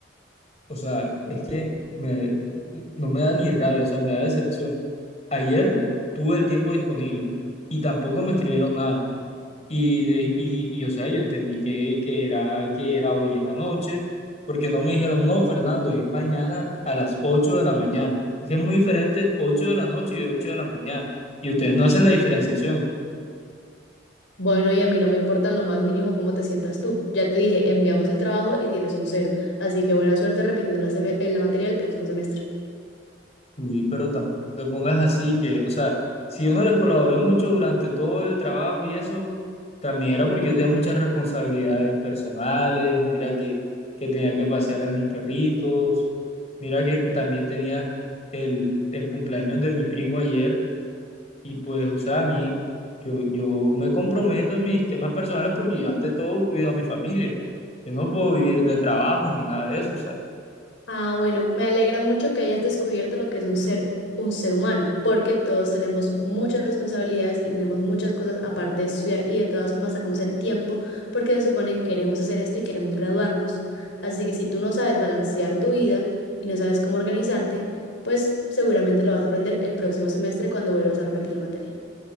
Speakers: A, on the left; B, on the left.
A: O sea, es que me- no me da ni rabia, o sea, me da decepción. Ayer tuve el tiempo disponible y tampoco me escribieron nada. Y, de- y, y, o sea, yo entendí que, que era, que era hoy en la noche, porque no me dijeron, no, Fernando, es mañana a las 8 de la mañana. Es que es muy diferente 8 de la noche y 8 de la mañana. Y ustedes no hacen la diferenciación.
B: Bueno, y a mí no me importa en lo más mínimo cómo te sientas tú. Ya te dije, enviamos el trabajo y tienes un cero. Así que buena suerte repitiendo la, seme- eh, la materia el próximo semestre.
A: Uy, pero tampoco te pongas así que, o sea, si yo no les colaboré mucho durante todo el trabajo y eso, también era porque yo tenía muchas responsabilidades personales, mira que, que tenía que pasear a mis perritos, mira que también tenía el, el cumpleaños de mi primo ayer y pues, o sea, a mí, yo, yo me comprometo en mis temas personales porque yo ante todo cuido a mi familia, yo no puedo vivir de trabajo ni nada de eso, o sea,
B: Ah, bueno, me alegra mucho que hayas descubierto lo que es un ser, un ser humano, porque todos tenemos muchas responsabilidades y tenemos muchas cosas aparte de estudiar y de todas formas sacamos el tiempo porque se supone que queremos hacer esto y queremos graduarnos. Así que si tú no sabes balancear tu vida y no sabes cómo organizarte, pues seguramente lo vas a aprender el próximo semestre cuando vuelvas a repetir la materia.